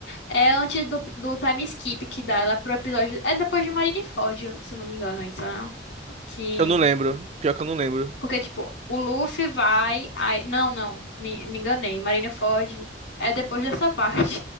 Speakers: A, on the left; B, on the right.
A: É antes do, do time skip que dá ela pro episódio. É depois de Marineford, se eu não me engano, isso, né? Que
B: eu não lembro. Pior que eu não lembro.
A: Porque, tipo, o Luffy vai. aí não, não, me, me enganei. Marineford é depois dessa parte.